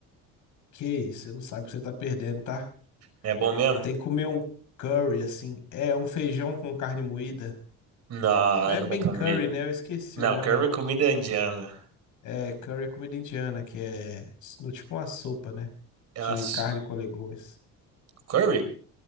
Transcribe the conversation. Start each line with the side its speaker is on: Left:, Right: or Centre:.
Left: Que isso, você não sabe o que você tá perdendo, tá?
Right: É bom mesmo?
Left: Tem que comer um curry, assim. É um feijão com carne moída.
Right: Não,
Left: Não é
Right: não
Left: bem
Right: vai comer.
Left: curry, né? Eu esqueci
Right: Não,
Left: o nome.
Right: curry é comida indiana.
Left: É, curry é comida indiana, que é no, tipo uma sopa, né?
Right: elas
Left: De carne com legumes.
Right: Curry?